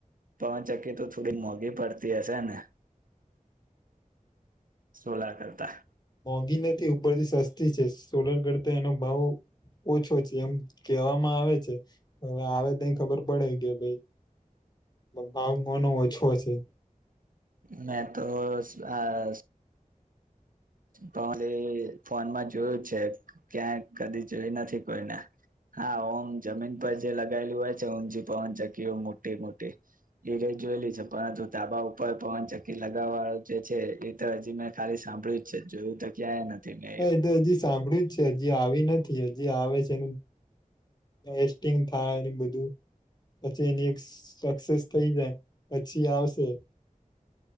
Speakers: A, on the right; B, on the left.
A: પવનચક્કી તો થોડી મોંઘી પડતી હશેને સોલાર કરતા
B: ગિ નથી ઉપરથી સસ્તી છે સોલર કરતા તો એનો ભાવ ઓછો છે એમ કહેવામાં આવે છે હવે આવે ત ખબર પડે કે ભાઈ ભાવ કોનો ઓછો છે
A: મેં તો આ પવન એ ફોનમાં જોયું છે ક્યાંય કદી જોય નથી કોઈને હા ઓમ જમીન પર જે લગાયેલું હોય છે ઊંચી પવનચક્કીઓ મોટી મોટી એ રઈ જોયેલી છે પરંતુ ધાબા ઉપર પવનચકી લગાવવાળ જે છે એ તો હજી મેં ખાલી સાંભળ્યું છે જોયું તો ક્યાંય નથી મેં એવું
B: હા એ તો હજી સાંભળ્યું જ છે અજી આવી નથી હજી આવે છે એસ્ટિ થાય એ બધું પછી એની એક સક્સેસ થઈ જાય પછી આવશે